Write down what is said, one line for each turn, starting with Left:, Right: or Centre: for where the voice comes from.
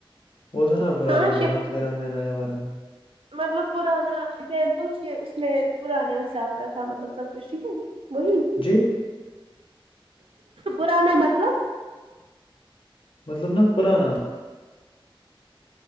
Left: وہ تھا نا پرانا
Right: ہاں شفٹ
Left: مقام پھر ہم نے نیا بنا
Right: مطلب پرانا ازیمپل کہ اس میں پرانے حساب کا تھا مطلب سب کچھ ٹھیک ہے وہ
Left: جی
Right: پرانا مطلب
Left: مطلب نہا پرانا